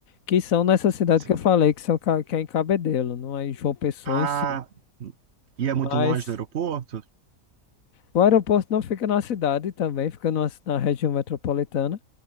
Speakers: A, on the left (about 70°); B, on the right (about 55°).
A: Que são nessa cidade
B: Mas,
A: que
B: ó.
A: eu falei, que, são, Ca- que é em Cabedelo, não é em João Pessoa
B: Ah,
A: em si.
B: e é muito
A: Mas
B: longe do aeroporto?
A: o aeroporto não fica na cidade também, fica numa ci- na região metropolitana.